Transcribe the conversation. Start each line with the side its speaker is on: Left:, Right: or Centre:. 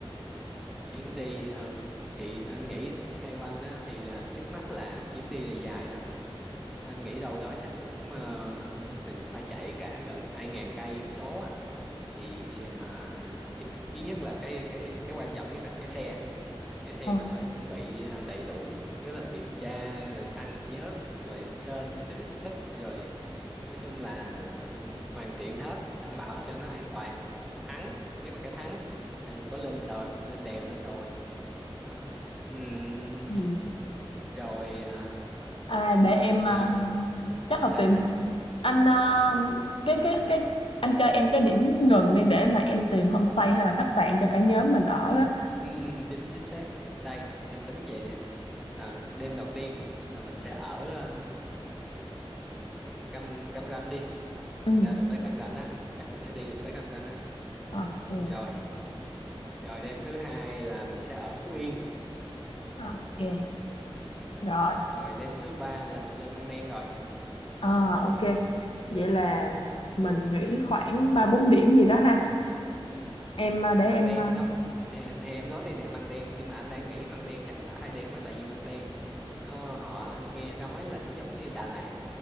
Centre: chuyến đi ừ thì anh nghĩ theo anh á thì là trước mắt là chuyến đi này dài đó anh nghĩ đâu đó chắc cũng ờ, mình phải chạy cả gần hai ngàn cây số á thì à, thứ nhất là cái cái cái quan trọng nhất là cái xe cái xe
Left: Ờ.
Centre: mình phải chuẩn bị à, đầy đủ tức là kiểm tra rồi xăng nhớt rồi sên, xí- xích rồi nói chung là à, hoàn thiện hết đảm bảo cho nó an toàn thắng nhất là cái thắng tại mình có lên đèo lên đèo lên đồi đó Ừm,
Left: Ừ.
Centre: rồi à,
Left: À, để em
Centre: rồi
Left: à,
Centre: à,
Left: chắc
Centre: sao
Left: là tìm
Centre: ta
Left: anh à, cái cái cái anh cho em cái điểm ngừng đi để mà em tìm homestay hay là khách sạn cho cả nhóm mình ở á.
Centre: Ừm, ừm, chính chính xác đây anh tính vậy nè là đêm đầu tiên là mình sẽ ở à, Cam Cam Ranh đi
Left: Ừ.
Centre: mình ra được tới Cam Ranh á chắc mình sẽ đi được tới Cam Ranh á
Left: Ok,
Centre: rồi rồi đêm thứ hai là mình sẽ ở Phú Yên
Left: ok. Rồi.
Centre: rồi đêm thứ ba là mình lên Măng Đen rồi
Left: À, ok. Vậy là mình nghĩ khoảng 3 4 điểm gì đó ha.
Centre: ừ
Left: Em à, để
Centre: Măng
Left: em
Centre: Đen
Left: à,
Centre: không nè thì em nói đi nè Măng Đen nhưng mà anh đang nghĩ Măng Đen chắc mình ở hai đêm á tại vì Măng Đen ờ, họ nghe nói là nó giống như Đà Lạt